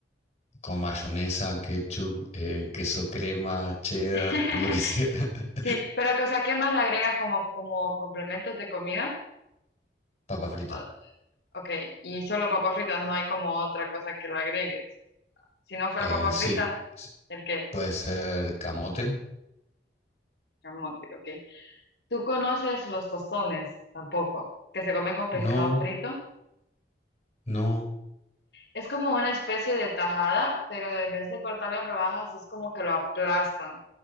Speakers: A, on the left; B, on the left.
A: con mayonesa, ketchup, eh, queso crema, cheddar,
B: <laughs>
A: con lo que sea. <laughs>
B: Sí, pero que, o sea, ¿qué más le agregas como, como complementos de comida?
A: Papa frita.
B: O- ok, y solo papas fritas, no hay como otra cosa que le agregues. Si no fuera
A: Eh,
B: papas
A: sí.
B: fritas, ¿el qué?
A: Puede ser camote.
B: Camote, ok. ¿Tú conoces los tostones? Tampoco. Que se comen con pescado
A: No,
B: frito.
A: no.
B: Es como una especie de tajada, pero en vez de cortarlo en rodajas, es como que lo aplastan.